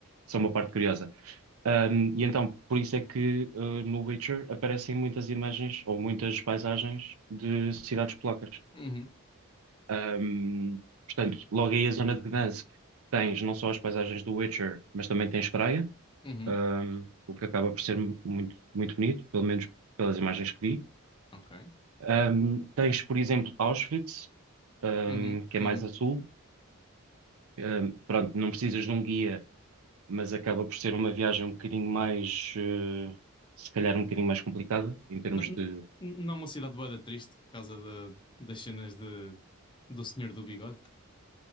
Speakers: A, on the right; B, on the left.
A: só uma parte curiosa. Um, e então, por isso é que uh, no Witcher aparecem muitas imagens ou muitas paisagens de cidades polacas.
B: Uhum.
A: Um, portanto, logo aí a zona de Gdansk tens não só as paisagens do Witcher, mas também tens praia,
B: Uhum.
A: um, o que acaba por ser muito, muito bonito, pelo menos pelas imagens que vi.
B: Ok.
A: Um, tens, por exemplo, Auschwitz, um,
B: Uhum,
A: que
B: uhum.
A: é mais a sul. Um, pronto, não precisas de um guia mas acaba por ser uma viagem um bocadinho mais, eh, se calhar um bocadinho mais complicada, em termos
B: Não, n-
A: de.
B: n- não uma cidade bué da triste por causa da- das cenas de, do Senhor do Bigode.